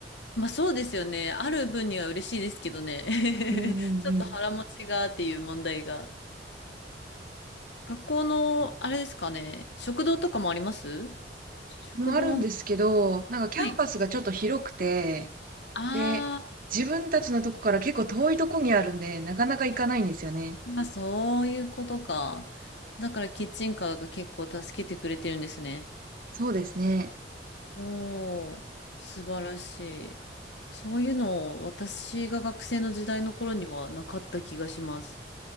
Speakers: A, on the left; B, on the right.
A: まあそうですよね。ある分には嬉しいですけどね。
B: うん、うん、
A: <laughs> ちょっと腹持ちがっていう問題が。
B: うん。
A: 学校の、あれですかね。食堂とかもあります食堂はな、
B: もあるんですけど、なんかキャンパスがちょっと広くて、
A: はい。あー
B: で、自分たちのとこから結構遠いとこにあるんで、なかなか行かないんですよね。
A: あ、そういうことか。だからキッチンカーが結構助けてくれてるんですね。
B: そうですね。
A: おお、素晴らしい。そういうの、私が学生の時代の頃にはなかった気がします。